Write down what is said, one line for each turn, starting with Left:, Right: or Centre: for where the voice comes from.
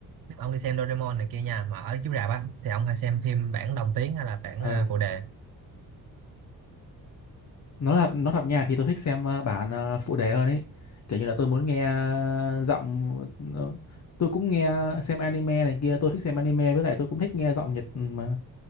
Right: nếu mà ông đi xem Doraemon này kia nha, mà ở chiếu rạp á, thì ông hay xem phim bản đồng tiếng hay là bản
Left: Ờ,
Right: à, phụ đề?
Left: nó là nó thật nha thì tôi thích xem ờ, bản ờ, phụ đề hơn ấy. Kiểu như là tôi muốn nghe ờ, giọng ờ, tôi cũng nghe xem anime này kia, tôi thích xem anime với lại tôi cũng thích nghe giọng Nhật ừ, mà.